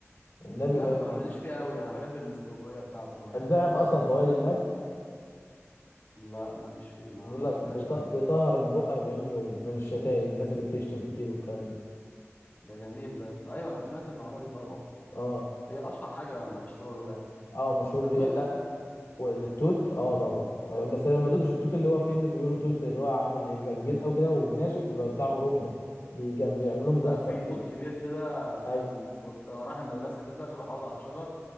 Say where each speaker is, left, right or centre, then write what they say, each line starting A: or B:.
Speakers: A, on the left (about 65°); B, on the left (about 30°).
A: النبي
B: النبق
A: بقى
B: ما
A: جامد
B: ماليش فيه قوي انا بحب المستوية بتاعته ما بحبوش
A: انت تعرف
B: كله
A: اصلا فوائد النب
B: لا ماليش فيه ما
A: بيقول لك
B: سمعتش
A: بيط-
B: عنه
A: بيطهر البق 40 يوم من الشتايم الناس اللي بتشتم كتير والكلام ده
B: ده جميل ده ايوه انا سمعت المعلومة دي طبعا
A: اه
B: هي اشهر حاجة مشهورة له يعني.
A: اه مشهور
B: طب
A: بيه
B: دول
A: لا والتوت اه طبعا آه، بس انا ما دوتش التوت اللي هو فيه الناس بيقولوا توت اللي هو عامل ايه بيبقى كبير قوي كده وناشف بيبقى بتاع اوروبا بيجم... بيعملوه مجفف
B: لا في
A: كده
B: توت كبير كده
A: ايوه
B: كان كنت انا رايح المدرسه كده بحوض على شجر